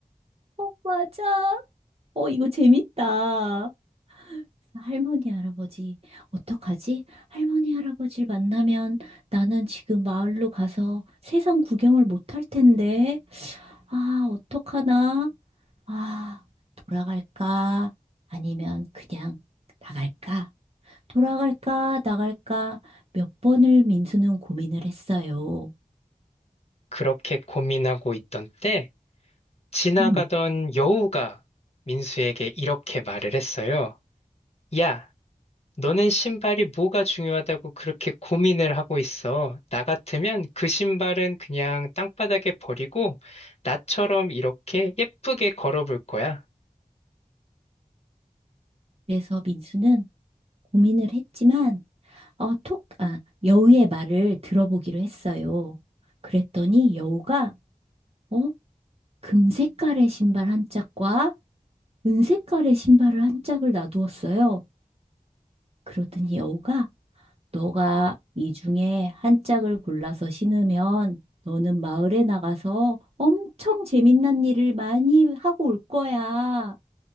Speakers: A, on the right; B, on the left.
A: 어, 맞아. 어, 이거 재밌다. 할머니, 할아버지, 어떡하지? 할머니, 할아버지를 만나면 나는 지금 마을로 가서 세상 구경을 못 할 텐데. 아, 어떡하나? 아, 돌아갈까? 아니면 그냥 나갈까? 돌아갈까, 나갈까 몇 번을 민수는 고민을 했어요.
B: 그렇게 고민하고 있던 때 지나가던
A: 음.
B: 여우가 민수에게 이렇게 말을 했어요. 야, 너는 신발이 뭐가 중요하다고 그렇게 고민을 하고 있어? 나 같으면 그 신발은 그냥 땅바닥에 버리고 나처럼 이렇게 예쁘게 걸어볼 거야.
A: 그래서 민수는 고민을 했지만, 어, 톡, 아, 여우의 말을 들어보기로 했어요. 그랬더니 여우가, 어, 금색깔의 신발 한 짝과 은색깔의 신발을 한 짝을 놔두었어요. 그러더니 여우가, 너가 이 중에 한 짝을 골라서 신으면 너는 마을에 나가서 엄청 재밌는 일을 많이 하고 올 거야.